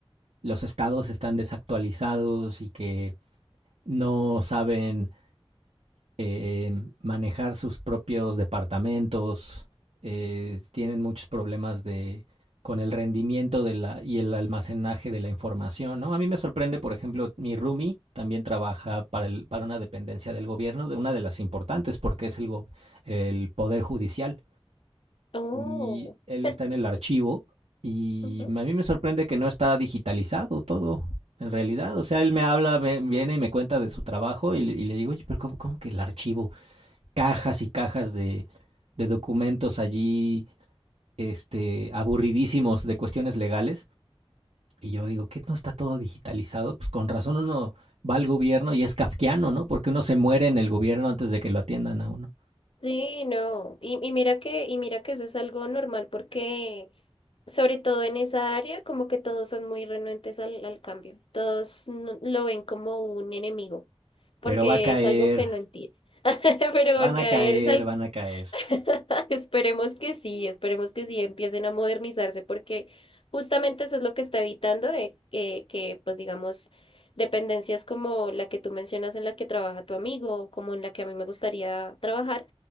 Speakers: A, on the right (about 80°); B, on the left (about 60°).
A: los estados están desactualizados y que no saben eh, manejar sus propios departamentos, eh, tienen muchos problemas de, con el rendimiento de la, y el almacenaje de la información, ¿no? A mí me sorprende, por ejemplo, mi roomie también trabaja para, el, para una dependencia del gobierno, de una de las importantes, porque es el, go, el Poder Judicial.
B: Oh.
A: Y él está en el archivo
B: y-
A: y
B: ujú.
A: a mí me sorprende que no está digitalizado todo, en realidad. O sea, él me habla, me viene y me cuenta de su trabajo y, le- y le digo, oye, pero cómo, ¿cómo, que el archivo? cajas y cajas de, de documentos allí, este, aburridísimos de cuestiones legales. Y yo digo, ¿qué no está todo digitalizado? Pues con razón uno va al gobierno y es kafkiano, ¿no? Porque uno se muere en el gobierno antes de que lo atiendan a uno.
B: Sí, no. Y, y mira que, y mira que eso es algo normal porque, sobre todo en esa área, como que todos son muy renuentes al, al cambio. Todos no- lo ven como un enemigo, porque
A: Pero va a caer,
B: es algo que no entienden. <laughs> Pero acá
A: van a caer,
B: eres, al-
A: van a caer.
B: <laughs> Esperemos que sí, esperemos que sí empiecen a modernizarse porque justamente eso es lo que está evitando de que, que, pues digamos, dependencias como la que tú mencionas en la que trabaja tu amigo o como en la que a mí me gustaría trabajar,